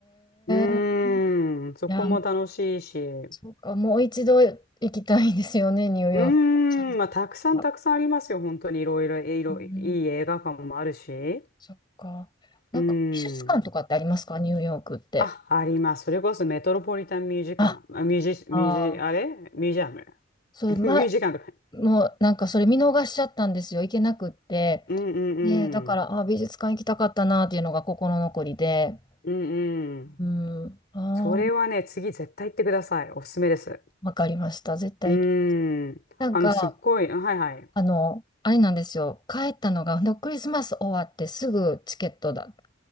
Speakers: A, on the left; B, on the left.
A: うーん、
B: え。
A: そこも楽しいし、
B: いや、もう
A: う
B: そうか。もう一度行きたいですよね、ニューヨーク。
A: ーん、
B: チャンス
A: まあ、たくさんたくさんありますよ、
B: が
A: 本当にいろいろ、いろ、
B: うん。
A: いい映画館もあるし、
B: そっか。なんか、
A: うーん。
B: 美術館とかってありますかニューヨークって。
A: あ、あります。それこそメトロポリタンミュージカン、
B: あ、
A: あミュージ、
B: ああ。
A: ミュージ、あれミュージアム。
B: それ、
A: <laughs>
B: ま、
A: ミュージカンとか
B: もうなんかそれ見逃しちゃったんですよ。行けなくって。
A: うんうんうん。
B: で、だから、あ、美術館行きたかったなっていうのが心残りで。
A: うんうん。
B: うん。ああ、
A: それはね、次絶対行ってください。おすすめです。
B: わかりました。絶対。
A: うん。
B: なんか、
A: あの、すっごい。はいはい。
B: あの、あれなんですよ。帰ったのが、ほんとクリスマス終わってすぐチケットだ、